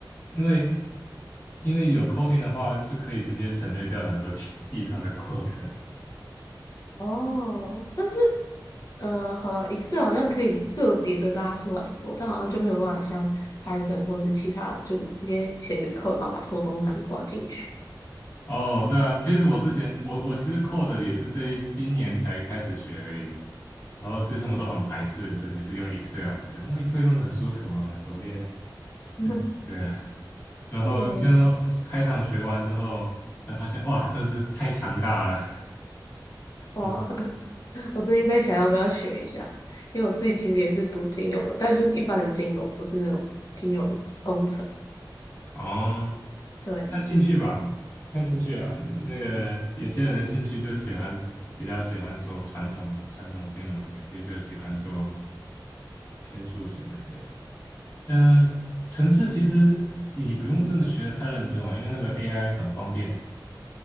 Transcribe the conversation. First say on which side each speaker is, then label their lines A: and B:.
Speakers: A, on the left; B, on the left.
A: 因为因为有 coding 的话，就可以直接省略掉很多 <laughs> 计计算的过程。
B: 哦，但是呃，好了，Excel 好像可以个别的拉出来做，但好像就没有办法像 Python 或是其他，就你直接写一个 code，然后把所有东西囊括进去。
A: 哦，对啊，其实我之前我我其实 code 也是这一今年才开始学而已，然后之前我都很排斥，对，也是用 Excel，觉得哦 Excel 用的很舒服啊，很熟练，
B: <laughs>
A: 对对啊，<laughs> 然后用到开场学完之后，
B: 对，
A: 才发现哇，真是太强大了，
B: 哇，
A: <laughs> 对，
B: <laughs> 我最近在想要不要学一下，因为我自己其实也是读金融的，但就是一般的金融，不是那种金融工程。
A: 哦，
B: 对，
A: 看兴趣吧，看兴趣啊，那个有些人的兴趣就喜欢比较喜欢做传统传统金融，有些就喜欢做偏数学那一类的。呃，程式其实你不用真的学的太认真哦，因为那个 AI 很方便。